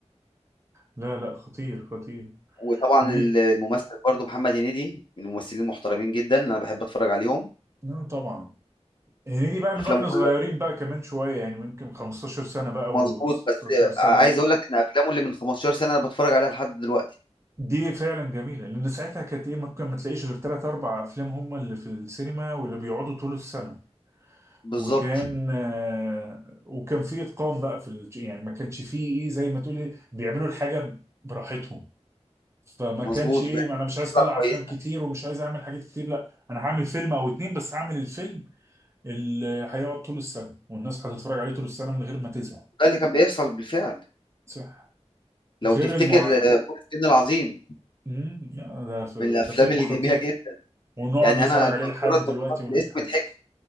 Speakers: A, on the right; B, on the left.
A: لا لا خطير خطير
B: وطبعا
A: و
B: ال- الممثل برضو محمد هنيدي من الممثلين المحترمين جدا اللي انا بحب اتفرج عليهم
A: لا طبعا هنيدي بقى من
B: افلامه
A: واحنا
B: كلها
A: صغيرين بقى كمان شويه يعني يمكن 15 سنه بقى
B: مظبوط
A: و16
B: بس
A: سنه
B: عايز اقول لك ان افلامه اللي من 15 سنه انا بتفرج عليها لحد دلوقتي
A: دي فعلا جميلة لأن ساعتها كانت إيه ممكن ما تلاقيش غير تلات أربع أفلام هما اللي في السينما واللي بيقعدوا طول السنة
B: بالظبط
A: وكان آه، وكان في إتقان بقى في الج- يعني ما كانش فيه إيه زي ما تقولي بيعملوا الحاجة براحتهم فما
B: مظبوط
A: كانش إيه
B: وكانت
A: أنا مش عايز
B: بتطلع
A: أطلع
B: كويسه
A: أفلام كتير ومش عايز أعمل حاجات كتير لا أنا هعمل فيلم أو اتنين بس هعمل الفيلم اللي هيقعد طول السنة والناس هتتفرج عليه طول السنة من غير ما تزهق
B: ده اللي كان بيحصل بالفعل
A: صح
B: لو
A: غير
B: تفتكر
A: المع
B: آه، فول الصين العظيم
A: مم، لا، ده
B: من الافلام
A: ده فيلم
B: الجميله
A: خطير
B: جدا
A: ونقعد
B: يعني
A: نتفرج
B: انا
A: عليه
B: مجرد
A: لحد دلوقتي
B: ما ذكرت
A: ونضحك
B: الاسم ضحكت